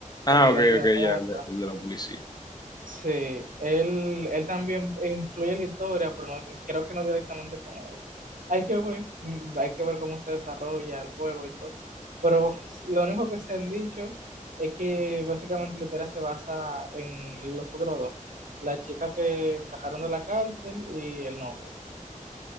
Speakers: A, on the left; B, on the right.
A: Ah,
B: arreglando
A: ok,
B: la
A: ok,
B: casa.
A: ya, el de, el de la policía.
B: Sí, él, él también influye en la historia, pero no, creo que no directamente con ellos. Hay que ver, mm, hay que ver cómo se desarrolla el juego y todo. Pero lo único que se han dicho es que básicamente la historia se basa en los otros dos, la chica que sacaron de la cárcel y el novio.